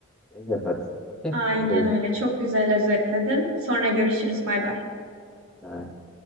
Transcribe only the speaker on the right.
Aynen
öyle. Çok güzel özetledin. Sonra görüşürüz. Bay bay.